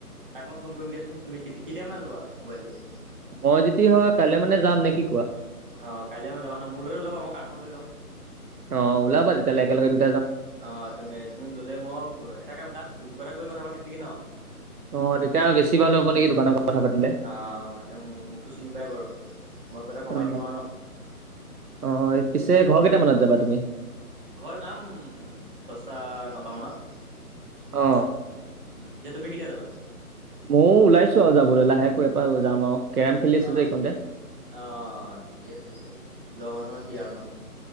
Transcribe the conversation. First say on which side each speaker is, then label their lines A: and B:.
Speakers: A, on the right (about 35°); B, on the right (about 70°).
A: তাক মই ফোন কৰিম দিয়াচোন তুমি কেতিয়া মান ল'া মোবাইলটো
B: মই যদি হয় কাইলৈ মানে যাম নেকি
A: অ কাইলৈ মান যাবা ন মো লৈ ওলাবা মই কাৰখন লৈ ল'ম
B: অ লভাব তেতি এে ল গ
A: অ তুমি তুমি ললে মই এটা কাম তাত দোকানত গৈ কথা পাতিম নেকি ন
B: অ তেতিয়া বেছি ভাল হ'ব নেকি দোকানৰ কথা পাতিলে
A: আহ এ মোকতো চিনি পাই বাৰু মই কিবা এটা কমাই
B: অ
A: দিম আৰু ন
B: অ পিছে ঘৰ কেইটামানত যাবা তুমি
A: ঘৰত যাম দছটা নটা মানত
B: অ
A: উম তেতিয়া তুমি কেতিয়া যাবা
B: ময়ও ওলাইছো আৰু যাবলৈ লাহেকৈ এপাৰ যাম আৰু কেৰম খেলি আছো
A: অ
B: যে এইকণতে
A: অ ঠিকে আছে ঠিকে আছে লোৱা মানুহৰ কি আৰু ন